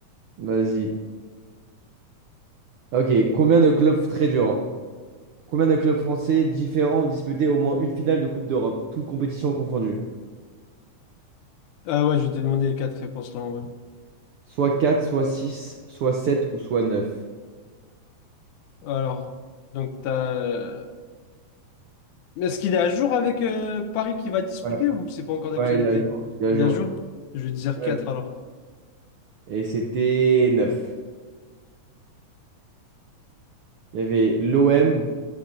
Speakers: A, on the right; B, on the left.
A: Vas-y. Ok, combien de clubs très dur? Combien de clubs français différents ont disputé au moins une finale de Coupe d'Europe, toutes compétitions confondues?
B: Ah ouais, je vais te demander les quatre réponses là, en vrai.
A: Soit 4, soit 6, soit 7 ou soit neuf.
B: Alors, donc t'as. euh, mais Est-ce qu'il est à jour avec euh, Paris qui va disputer
A: Ouais,
B: ou c'est pas encore d'actualité?
A: ouais, il est à jour. Il est à
B: Il
A: jour.
B: est à jour? Je vais te dire
A: Ouais.
B: quatre alors.
A: Et c'était 9. Il y avait l'OM,